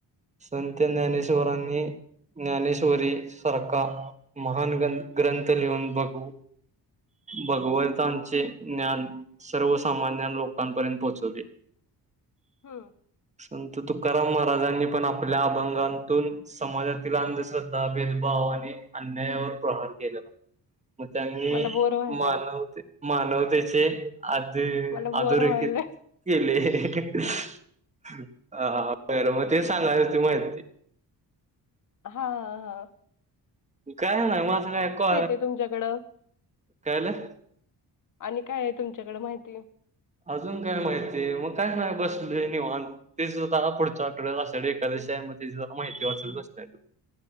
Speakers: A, on the right (about 15°); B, on the left (about 50°).
A: संत ज्ञानेश्वरांनी ज्ञानेश्वरी सारखा महान ग ग्रंथ लिहून बघू भगवंतांचे ज्ञान सर्वसामान्य लोकांपर्यंत पोहोचवले <inaudible>
B: हम
A: संत तू कराम महाराजांनी आपण आपल्या अभंगतून समाजातील अंधश्रद्धा भेदभाव आणि अन्यायावर प्रहार केला मग त्यांनी
B: मला बोर व्हायलंय.
A: मानवते मानवतेचे असे
B: मला बोर
A: अधोरेखित
B: व्हायलंय.
A: केले हा बर मग ते सांगाल त माहिती
B: हाा हा
A: काय नाही माझ ऐको
B: आहे तुमच्याकडं?
A: कायलं
B: आणि काय आहे तुमच्याकडें माहिती
A: अजून काय माहिती मग काय नाही बसले निवांत ते सुद्धा पुढच्या आठवड्याला आषाढी एकादशी आहे माहिती वाचत बसलेलो